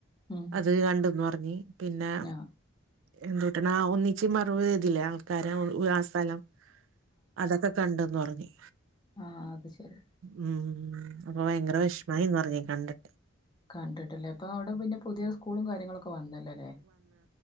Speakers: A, on the left (about 20°); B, on the right (about 70°).
A: ഉം
B: അത് കണ്ട്ന്ന് പർഞ്ഞ് പിന്നെ.
A: ആ
B: എന്തുട്ടണ് ആ ഒന്നിച്ച് മറവചെയ്തില്ലേ ആൾക്കാരെ ഒ ആ സ്ഥലം. അതൊക്കെ കണ്ടന്ന് പറഞ്ഞ്.
A: ആഹ് അത് ശെരി.
B: ഉം അപ്പൊ ബൈങ്കര വെശ്മായിന്ന് പർഞ് കണ്ട്.
A: <inaudible> കണ്ട്ട്ട്ല്ലേ അപ്പ അടെ പിന്നെ പുതിയെ സ്കൂളും കാര്യങ്ങളൊക്കെ വന്നല്ലോല്ലേ.